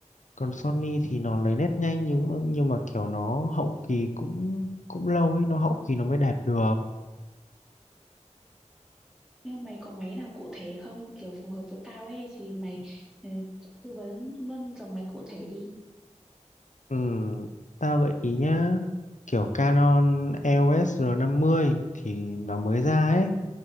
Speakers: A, on the left; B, in the centre.
A: Còn Sony thì nó lấy nét nhanh nhưng mà, nhưng mà kiểu nó hậu kỳ cũng cũng lâu ấy, nó hậu kỳ nó mới đẹp được.
B: nhưng mà mày có máy nào cụ thể không kiểu phù hợp với tao ấy thì mày ừ, tư vấn luôn dòng máy cụ thể đi
A: Ừ, tao gợi ý nhá, kiểu Canon EOS R50 thì nó mới ra ấy,